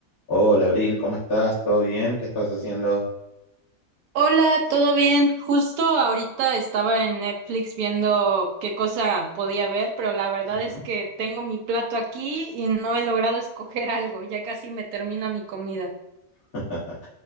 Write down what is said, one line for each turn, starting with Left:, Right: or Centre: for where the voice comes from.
Left: Hola, Abril, ¿cómo estás? ¿Todo bien? ¿Qué estás haciendo?
Right: Hola, ¿todo bien? Justo ahorita estaba en Netflix viendo qué cosa podía ver, pero la verdad
Left: Ujú.
Right: es que tengo mi plato aquí y no he logrado <laughs> escoger algo, ya casi me termino mi comida.
Left: <laughs>